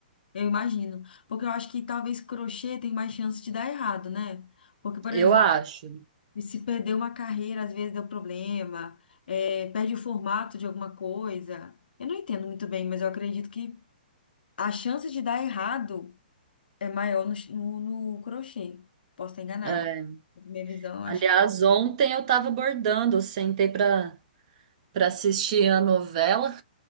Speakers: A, on the left; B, on the right.
A: eu imagino. Porque eu acho que talvez crochê tem mais chance de dar errado, né? Porque, por
B: Eu
A: exemplo,
B: acho.
A: se perder uma carreira, às vezes deu problema, é, perde o formato de alguma coisa. Eu não entendo muito bem, mas eu acredito que a chance de dar errado é maior no, ch- no, no crochê. Posso estar enganado.
B: É.
A: Minha visão, eu acho
B: Aliás,
A: que.
B: ontem eu tava bordando, eu sentei pra, pra assistir a novela.